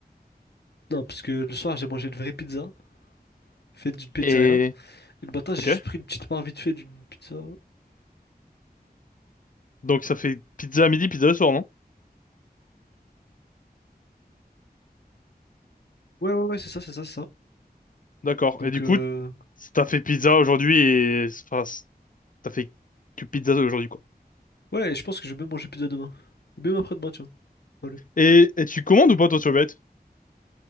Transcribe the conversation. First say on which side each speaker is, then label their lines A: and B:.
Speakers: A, on the left; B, on the left.
A: Non, parce que le soir, j'ai mangé une vraie pizza faite d'une pizzeria
B: Et...
A: et le matin, j'ai
B: Ok.
A: juste pris une petite part vite fait d'une pizza.
B: Donc ça fait pizza à midi, pizza le soir, non?
A: Ouais, ouais, ouais, c'est ça, c'est ça, c'est ça.
B: D'accord.
A: Donc
B: Et du
A: euh...
B: coup, t'as fait pizza aujourd'hui et... Enfin, t'as fait que pizza aujourd'hui, quoi.
A: ouais, et je pense que je vais même manger pizza demain. Même après-demain, tiens. Allez.
B: Et, et tu commandes ou pas, toi, sur Uber Eats